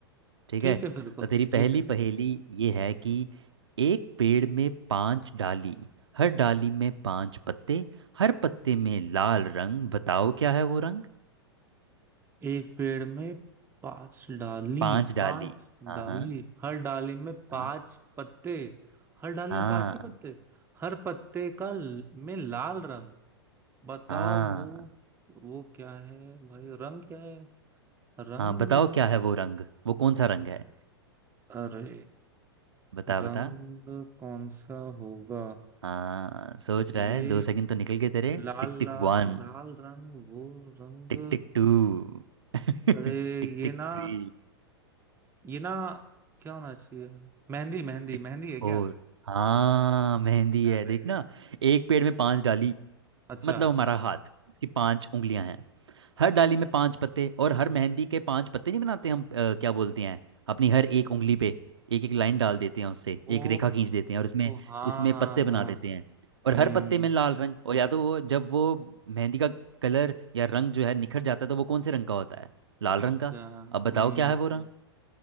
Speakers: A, on the right; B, on the right.
A: ठीक
B: ठीक
A: है
B: है फिर तो
A: तो तेरी
B: ठीक
A: पहली
B: है
A: पहेली ये है कि एक पेड़ में पांच डाली हर डाली में पांच पत्ते हर पत्ते में लाल रंग बताओ क्या है वो रंग
B: एक पेड़ में पांच डाली
A: पांच डाली
B: पांच
A: हाँ
B: डाली
A: हाँ
B: हर डाली में
A: हाँ
B: पांच पत्ते हर डाली
A: हाँ
B: में पांच ही पत्ते हर पत्ते का ल- में लाल रंग बताओ
A: हाँ
B: वो वो क्या है भाई रंग क्या है रंग
A: हाँ बताओ क्या है वो रंग वो कौन सा रंग है
B: अरे
A: बता
B: रंग
A: बता
B: कौन सा होगा
A: हाँ सोच रहा
B: ये
A: है दो सेकंड तो निकल गए तेरे
B: लाल
A: Tick tick
B: लाल
A: one
B: लाल रंग वो रंग
A: tick tick two <laughs>
B: अरे
A: tick
B: ये
A: tick
B: ना
A: three
B: ये ना क्या होना चाहिए मेहंदी मेहंदी
A: tick
B: मेहंदी
A: tick
B: है
A: four
B: क्या
A: हाँ मेहंदी है
B: अरे
A: देखना एक पेड़ में पांच डाली
B: अच्छा
A: मतलब हमारा हाथ की पांच उंगलियां हैं हर डाली में पांच पत्ते और हर मेहंदी के पांच पत्ते नहीं बनाते हम अ, क्या बोलते हैं अपनी हर एक उंगली पे एक एक लाइन डाल देते हैं उससे
B: ओ
A: एक रेखा खींच देते हैं और उसमें
B: हाँ
A: उसमें
B: हाँ
A: पत्ते बना
B: हाँ
A: देते हैं और
B: हम्म
A: हर पत्ते में लाल रंग और या तो वो जब वो मेहंदी का कलर या रंग जो है निखर जाता है तो वो कौन से रंग का होता है लाल रंग
B: अच्छा
A: का अब बताओ
B: हम्म
A: क्या है वो रंग